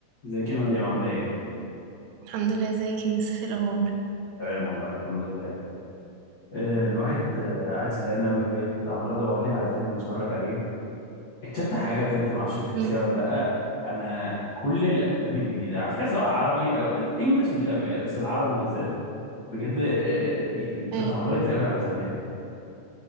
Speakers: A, on the left; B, on the right.
A: ازيك يا مريم عاملة ايه؟
B: الحمد لله ازيك يا يوسف ايه الاخبار
A: تمام والله الحمد لله آه، الواحد آه، قاعد زهقان قوي بجد عمال ادور لي على فيلم اتفرج عليه اكتشفت حاجة بجد ما اعرفش بتحسيها
B: امم
A: ولا لأ انا كل الافلام الجديدة على فكرة سواء عربي او الانجليش مش قوي يعني بس العربي بالذات بجد آه، يعني تدهورت
B: ايه
A: قوي عن زمان